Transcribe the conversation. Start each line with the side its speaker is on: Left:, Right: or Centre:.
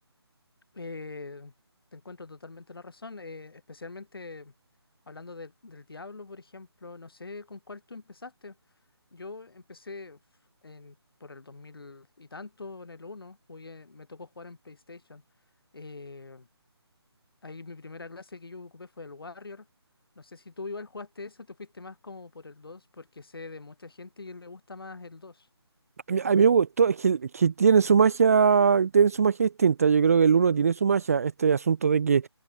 Left: Eh, te encuentro totalmente la razón, eh, especialmente hablando del del Diablo, por ejemplo. No sé con cuál tú empezaste. Yo empecé uf, en, por el 2000 y tanto, en el uno. jugué- me tocó jugar en PlayStation. Eh, ahí mi primera clase que yo ocupé fue el Warrior. No sé si tú igual jugaste eso, te fuiste más como por el 2, porque sé de mucha gente que le gusta más el 2.
Right: A mí, a mí me gustó, es que, que tiene su magia, tiene su magia distinta. Yo creo que el uno tiene su magia, este asunto de que